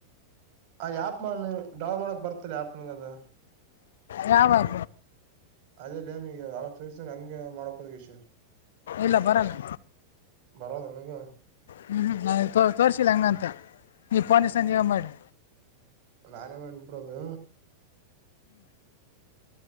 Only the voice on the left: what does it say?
ರಾವಬ
ಇಲ್ಲ ಬರಲ್ಲ
ಹ್ಞೂ ಹ್ಞೂ ನ ತ ತೋರಿಸಿಲ್ಲ ಹಂಗ ಅಂತ ನೀವು ಪಫನೀಸ ನೀೋಗ ಮಾಡಿ